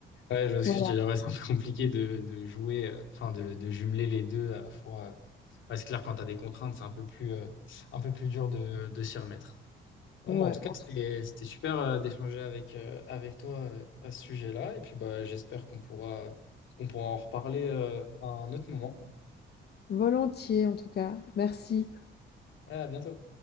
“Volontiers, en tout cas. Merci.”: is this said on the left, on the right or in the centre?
Left